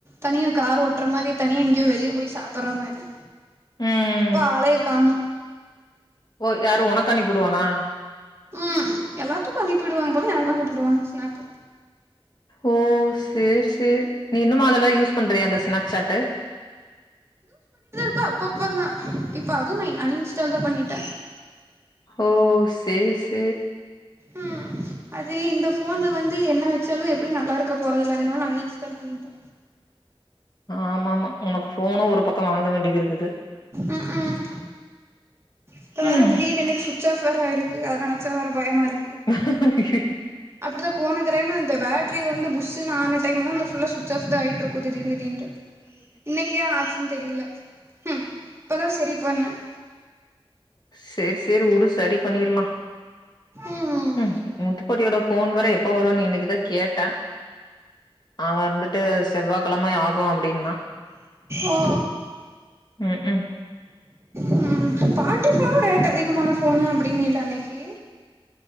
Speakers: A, on the right; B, on the left.
A: தனியா கார் ஓட்ற மாரி தனியா எங்கயோ வெளிய போய் சாப்புடுற மாரி
B: ம்
A: ப்ப ஆளே ம்
B: ஓ யாரு உனக்கணுப்புடுவானா
A: ம் எல்லாத்துக்கு அனுப்பிடுவாங்க போல என அனுப்பிடுவாங்க ஸ்னாப்பு
B: ஓ சேர் சேரி நீ இன்னமு அதெல்லா யூஸ் பண்றியா அந்த ஸ்னாப்சாட்டு
A: இப்ப அப்பப்ப தா இப்ப அதுவு அன்இன்ஸ்டால் தா பண்ணிட்டே
B: ஓ சேரி சேரி
A: ம் அது இந்த போன்ல வந்து என்ன வச்சாலு எப்புடியு நல்லாருக்க போறதல்ல அதனால அன் இன்ஸ்டால் பண்ணிட்டே
B: ஆமா ஆமா உனக்கு ஃபோனு ஒரு பக்கம் வாங்க வேண்டியதுருக்குது
A: ம் ம் இப்ப வேற
B: ம்
A: திடீர்னு சுட்ச்சாஃப் வேற ஆயிர்து அத நினச்சா வேற பயமா இருக்கு
B: ம்ஹஹஹிஹிஹ
A: அப்படித்தான் போன தரமே அந்த பேட்டரி வந்து புஸ் இ நான்ன டைமலாம் அந்த ஃபுல்லா சுவிச் ஆஃப் தான் ஆயிட்ருக்கும் திடீர் திடீர்னுட்டு இன்னைக்கேன் ஆச்சுன்னு தெரியல ஹம் இப்பதான் சரி பண்ணேன்
B: சரி சரி உடு சரி பண்ணிரலாம்
A: ம்
B: உம் உத்த <inaudible> போன் வேற எப்ப வரும்னு இன்னைக்குதான் கேட்டேன் ஆஹ் வறந்துட்டு செவ்வாகெழமை ஆவ் ஓ அப்படின்னா
A: ஓ
B: உம் உம்
A: உஹம் பார்ட்டிஃ ரேட் அதிகமான போனு அப்டினல்ல அன்னைக்கு